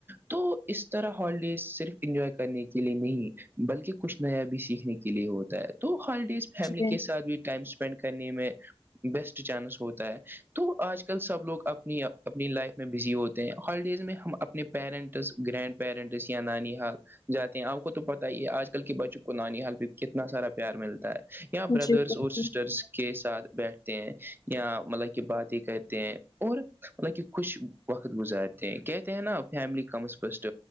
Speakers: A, on the right; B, on the left.
A: تو اس طرح ہالیڈیز صرف انجوائے کرنے کے لیے نہیں بلکہ کچھ نیا بھی سیکھنے کے لیے ہوتا ہے تو ہالیڈیز میں فیملی
B: جی
A: کے ساتھ بھی ٹائم اسپینڈ کرنے میں بیسٹ چانس ہوتا ہے تو آج کل سب لوگ اپنی اپنی لائف میں بزی ہوتے ہیں ہالیڈیز میں ہم اپنے پیرنٹس گرینڈ پیرنٹس یا نانی حال جاتے ہیں آپ کو تو پتا ہی ہے آج کل کے بچوں کو نانی حال بھی کتنا سارا پیار ملتا ہے یا بردرس
B: جی بالکل
A: اور سسٹرس کے ساتھ بیٹھتے ہیں یا مطلب کہ باتیں کرتے ہیں اور کہ خوش وقت گزارتے ہیں کہتے ہیں نا فیملی کمز فسٹ